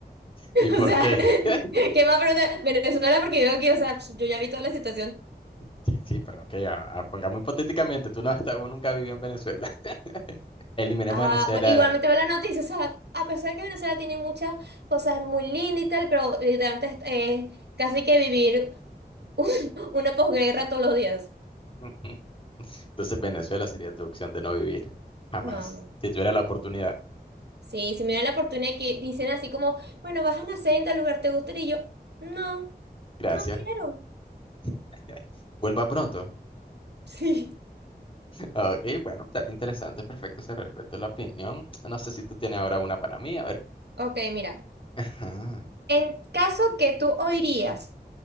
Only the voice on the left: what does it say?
¿Y por
qué?
<laughs>
Sí, sí, pero ok, a- a- pongamos hipotéticamente, tú no has estado- nunca vivido en Venezuela. <laughs> Eliminemos
Venezuela.
<laughs> Entonces Venezuela sería tu opción de no vivir, jamás,
si tuviera
la oportunidad.
Gracias.
<laughs> Vuelva pronto.
Ok, bueno, está interesante, perfecto, se respeta la opinión. No sé si tú tienes ahora una para mí, a ver.
Ajá.